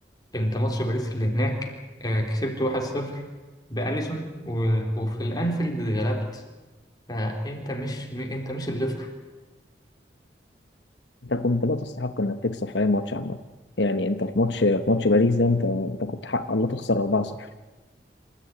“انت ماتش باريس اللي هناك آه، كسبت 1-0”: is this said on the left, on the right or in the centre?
Left